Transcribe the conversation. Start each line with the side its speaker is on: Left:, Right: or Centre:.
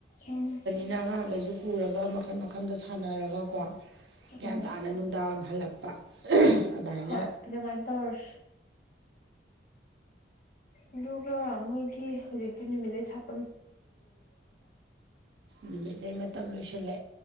Left: ꯎꯝ
Right: ꯑꯩꯅ ꯑꯉꯥꯡꯈꯩꯁꯨ ꯄꯨꯔꯒ ꯃꯈꯜ ꯃꯈꯟꯗ ꯁꯥꯟꯅꯔꯒꯀꯣ ꯒ꯭ꯌꯥꯟ
Left: ꯎꯝ
Right: ꯇꯥꯅ ꯅꯨꯡꯗꯥꯡ ꯋꯥꯏꯔꯝ ꯍꯜꯂꯛꯄ ꯑꯗꯥꯏꯅ
Left: ꯍꯣꯏ ꯑꯗꯨ ꯑꯗꯨꯃꯥꯏꯅ ꯇꯧꯔꯁꯤ ꯑꯗꯨꯒ ꯃꯣꯏꯒꯤ ꯍꯧꯖꯤꯛꯇꯤ ꯅꯨꯃꯤꯠꯂꯩ ꯁꯥꯠ
Right: ꯅꯨꯃꯤꯠ ꯂꯩ ꯃꯇꯝ ꯂꯣꯏꯁꯤꯜꯂꯦ